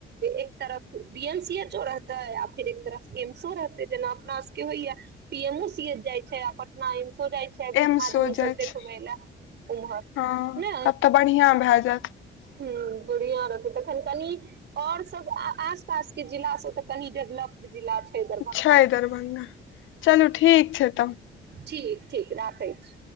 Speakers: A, on the right; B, on the left.
A: एक तरफ डी एम सी एचो रहते आ फेर एक तरफ एम्सो रहते जेना अपना। होइया पी एम ओ सी ए जाइ छै आ पटना एमस। सो जाइ छै
B: एम्सो
A: आदमी सब
B: जाइ
A: देखबै
B: छै
A: लए उम्हर
B: हँ
A: ने।
B: तब तऽ बढ़िआँ भए जायत
A: ह बढ़िआँ रहतै तखन कनि आओरसभ आसपासके जिलासभ तऽ कनि डेवलप्ड जिला छै। दरभंगा
B: छै दरभङ्ंगा चलू। ठीक छै तऽ।
A: ठीक -ठीक राखै छी।